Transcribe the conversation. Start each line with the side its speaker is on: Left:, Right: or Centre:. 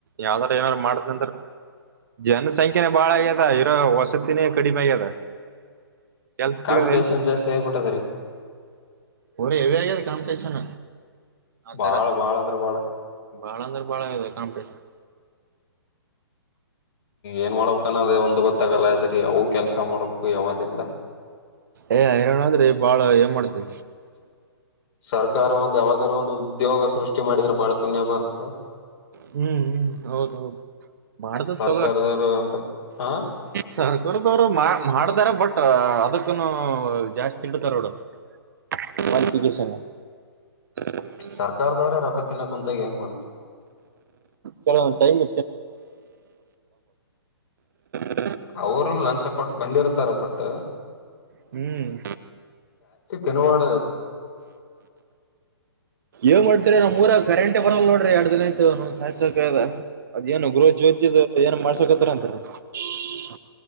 Right: ಯಾವ್ದಾರ ಏನಾದಾರು ಮಾಡ್ಕಂಡ್ರೆ. ಜನಸಂಖ್ಯನೆ ಬಾಳ ಆಗ್ಯದ ಇರೋ ವಸತಿನೇ ಕಡಿಮೆ ಆಗ್ಯದ. ಕೆಲ್ಸ ಸಿಗಲ್ಲ
Left: ಕಾಂಪಿಟೇಷನ್
Right: ಎಲ್ ಸಿಗ್
Left: ಜಾಸ್ತಿ ಆಗ್ಬಿಟ್ಟದ್ರಿ
Right: ಬರಿ ಇವೆ ಆಗ್ಯದ್ ಕಾಂಪಿಟೇಷನ್. ಆತರ
Left: ಬಾಳ ಬಾಳ ಅಂದ್ರ ಬಾಳ
Right: ಬಾಳ ಅಂದ್ರೆ ಬಾಳ ಇದೆ ಕಾಂಪಿಟಷನ್
Left: ಏನ್ ಮಾಡ್ಬೇಕು ಅನ್ನದೆ ಒಂದ್ ಗೊತ್ತಾಗಲ್ಲ ಅದ್ರೀ ಅವು ಕೆಲ್ಸ ಮಾಡ್ಬೇಕು ಯಾವ್ದಿಲ್ಲ.
Right: ಏ ಇರೋನ ಅಂದ್ರೆ ಈ ಬಾಳು ಏನ್ ಮಾಡ್ತೀ.
Left: ಸರ್ಕಾರ ಒಂದು ಯಾವದಾರೂ ಒಂದು ಉದ್ಯೋಗ ಸೃಷ್ಟಿ ಮಾಡಿದ್ರೆ ಬಾಳ ಪುಣ್ಯ ಬರುತ್ತೆ.
Right: ಹ್ಮ್ ಹ್ಮ್ ಹೌದೌದು ಮಾಡ್ದ
Left: ಸರ್ಕಾರದವರು
Right: ತಗೊ
Left: ಅಂತ ಹ
Right: ಸರ್ಕಾರದವ್ರು ಮಾ ಮಾಡ್ದಾರೆ ಬಟ್ ಅದಕ್ಕನು ಜಾಸ್ತಿ ತಿಂಡ್ತಾರೋಡು. <unintelligible>
Left: ಸರ್ಕಾರದವ್ರೇ ರೊಕ್ಕ ತಿನ್ನಕ್ ಕುಂತಾಗ ಏನ್ ಮಾಡ್ --
Right: ಕೆಲವೊಂದು ಟೈಮ <unintelligible> <inaudible>
Left: ಅವ್ರು ಲಂಚ ಕೊಟ್ ಬಂದಿರ್ತಾರೆ ಬಟ್
Right: ಹ್ಮ್
Left: ತಿನವಡ
Right: ಏನ್ ಮಾಡ್ತೀರ ನಮ್ ಊರಗ್ ಕರೆಂಟ್ ಬರಲ್ಲ ನೋಡ್ ಎರಡು ದಿನ <unintelligible> ಅದ್ ಏನು ಗೃಹ ಜ್ಯೋತಿ ಏನ್ ಮಾಡ್ಸಕತ್ತರಂ <unintelligible>